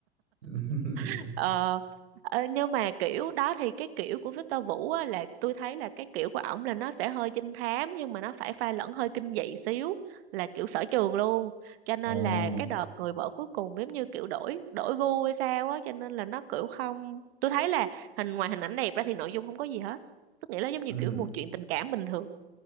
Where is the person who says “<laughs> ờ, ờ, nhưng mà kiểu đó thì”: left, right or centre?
Right